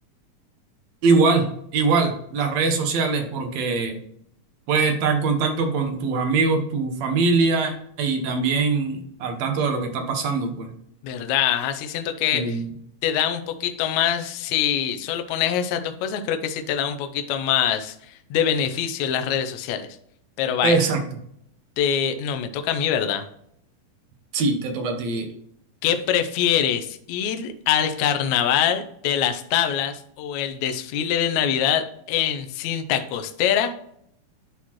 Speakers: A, on the right; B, on the left.
A: Igual, igual, las redes sociales porque puedes estar en contacto con tus amigos, tu familia y también al tanto de lo que está pasando, pues.
B: ¿Verdad? Ajá, sí siento que
A: Sí.
B: te da un poquito más, si solo pones esas dos cosas, creo que sí te da un poquito más de beneficio las redes sociales. Pero vaya,
A: Exacto.
B: te... no, me toca a mí, ¿verdad?
A: Sí, te toca a ti.
B: ¿Qué prefieres, ir al carnaval de las tablas o el desfile de Navidad en cinta costera?